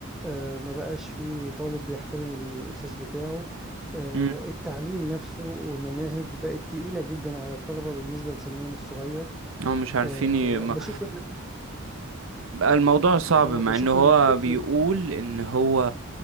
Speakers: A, in the centre; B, on the right.
A: آه، ما بقاش فيه طالب بيحترم الأستاذ بتاعه آه،
B: مم.
A: التعليم نفسه والمناهج بقت تقيلة جدا على الطلبة بالنسبة لسنهم الصغير
B: هم مش عارفين
A: آه،
B: ي... ما...
A: بشوف
B: الموضوع صعب
A: اه
B: مع
A: بشوف
B: ان هو
A: ان الطفل
B: بيقول ان هو